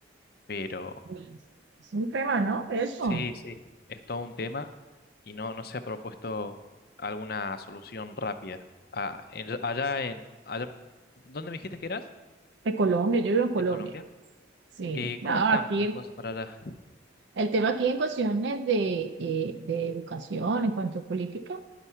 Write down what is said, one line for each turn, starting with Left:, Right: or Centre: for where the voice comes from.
Left: pero
Right: Bueno, Es un tema, ¿no? Eso.
Left: Sí, sí, es todo un tema y no, no se ha propuesto alguna solución rápida. Ah, en- allá en, allá, ¿dónde me dijiste que eras?
Right: De Colombia, yo vivo en Colombia.
Left: De Colombia.
Right: Sí,
Left: Eh,
Right: no,
Left: ¿cómo están
Right: aquí
Left: las
Right: el,
Left: cosas para allá?
Right: el tema aquí en cuestiones de, eh, de educación, en cuanto a política,